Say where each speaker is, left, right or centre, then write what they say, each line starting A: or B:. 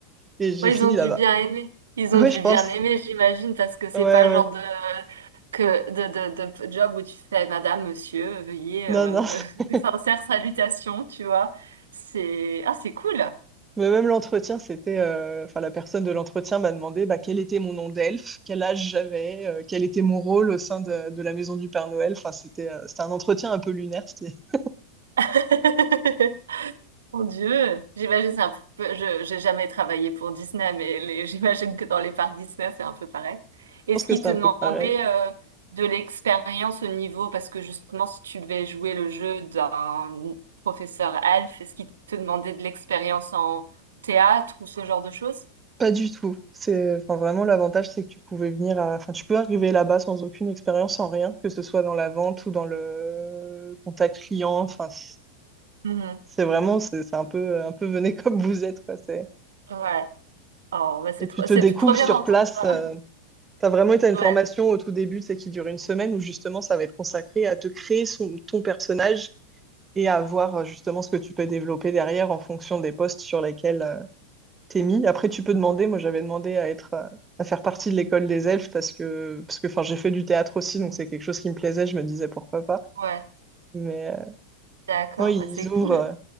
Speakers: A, on the right; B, on the right.
A: et j'ai
B: Ouais, ils
A: fini
B: ont dû
A: là-bas.
B: bien aimer. Ils
A: Oui,
B: ont dû
A: je pense.
B: bien aimer, j'imagine, parce que c'est
A: Ouais, ouais.
B: pas le genre de, que, de, de, de job où tu fais Madame, Monsieur, veuillez,
A: Non,
B: euh,
A: non.
B: <laughs>
A: <laughs>
B: mes sincères salutations, tu vois. C'est, ah, c'est cool.
A: Mais même l'entretien, c'était, euh, enfin, la personne de l'entretien m'a demandé bah, quel était mon nom d'elfe, quel âge j'avais, euh, quel était mon rôle au sein de, de la maison du Père Noël. Enfin, c'était, euh, c'était un entretien un peu lunaire. c'était- <laughs> Je
B: <laughs> Mon Dieu, j'imagine c'est un peu. Je j'ai jamais travaillé pour Disney, mais les- <laughs> j'imagine que dans les parcs Disney c'est un peu pareil. Est-ce
A: pense que
B: qu'ils
A: c'est
B: te
A: un
B: demandaient
A: peu pareil.
B: euh, de l'expérience au niveau parce que justement si tu devais jouer le jeu d'un professeur Alf, est-ce qu'ils te demandaient de l'expérience en théâtre ou ce genre de choses?
A: Pas du tout. C'est, enfin, vraiment, l'avantage, c'est que tu pouvais venir à- enfin, tu peux arriver là-bas sans aucune expérience, sans rien, que ce soit dans la vente ou dans le contact client. Enfin, c-
B: Mhm.
A: c'est vraiment, c'est c'est un peu, un peu venez comme vous êtes, quoi. C'est...
B: Ouais. Oh, bah c'est
A: Et
B: trop,
A: tu te
B: c'est
A: découvres
B: trop bien
A: sur
B: d'entendre
A: place.
B: ça.
A: euh, T'as vraiment été à une
B: Ouais,
A: formation au tout début, c'est qui dure une semaine, où justement ça va être consacré à te créer son- ton personnage et à voir euh, justement ce que tu peux développer derrière en fonction des postes sur lesquels euh, t'es mis. Après, tu peux demander, moi j'avais demandé à être, euh, à faire partie de l'école des elfes parce que, parce que enfin, j'ai fait du théâtre aussi, donc c'est quelque chose qui me plaisait, je me disais pourquoi pas.
B: ouais,
A: Mais euh,
B: d'accord,
A: non, ils
B: bah c'est
A: ouvrent,
B: cool.
A: euh,